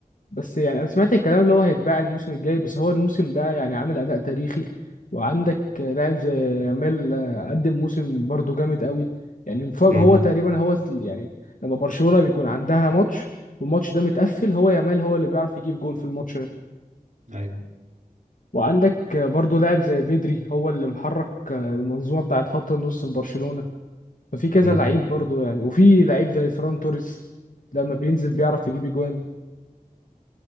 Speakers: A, on the left; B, on the right.
A: بس يعني انا سمعت الكلام اللي هو هيتباع الموسم الجاي بس هو الموسم ده يعني عامل اداء تاريخي وعندك لاعب زي يامال آه، قدم موسم برضه جامد قوي يعني انف- هو
B: امم
A: تقريبا هو س- يعني لما برشلونة بيكون عندها ماتش والماتش ده متقفل هو يامال هو اللي بيعرف يجيب جون في الماتش ده
B: ايوه
A: وعندك آه، برضه لاعب زي بدري هو اللي محرك آه، المنظومة بتاعت خط النص في برشلونة ففي كذا
B: امم
A: لعيب برضه يعني وفي لعيب زي فران توريس لما بينزل بيعرف يجيب جوان